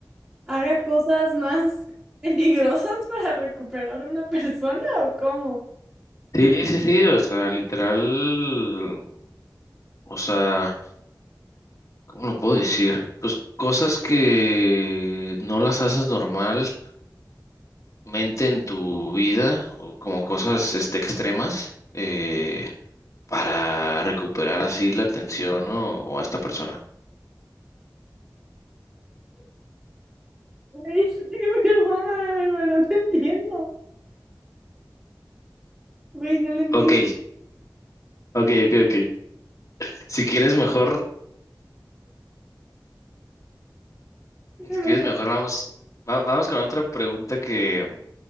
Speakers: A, on the right (about 25°); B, on the left (about 45°).
A: haga cosas más <laughs> peligrosas para recuperar a una persona ¿o cómo?
B: sí, sí, sí, o sea, literal, o sea, ¿cómo lo puedo decir? Pues cosas que no las haces normalmente en tu vida o como cosas este, extremas eh, para recuperar así la atención ¿no? o a esta persona.
A: Güey, <laughs> es que perdóname, güey, pero no te entiendo. Güey, no le entiendo.
B: Ok, ok, ok, ok. Si quieres mejor,
A: <laughs>
B: si
A: Mejor,
B: quieres mejor, vamos, va- vamos con otra pregunta que